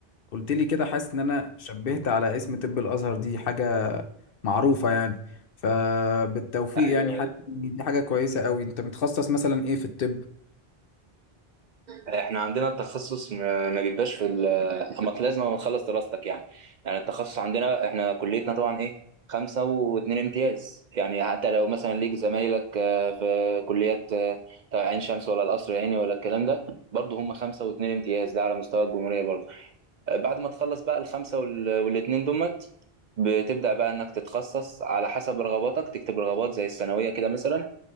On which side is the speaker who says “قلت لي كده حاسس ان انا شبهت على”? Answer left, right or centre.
Left